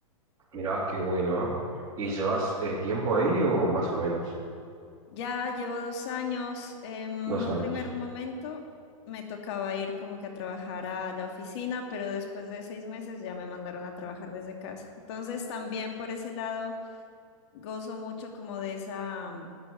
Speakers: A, on the right; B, on the left.
A: Mirá, qué bueno, ¿eh? ¿Y llevas eh, tiempo ahí o más o menos?
B: Ya llevo dos años, en un
A: Dos años.
B: primer momento me tocaba ir como que a trabajar a la oficina, pero después de seis meses ya me mandaron a trabajar desde casa. Entonces también por ese lado gozo mucho como de esa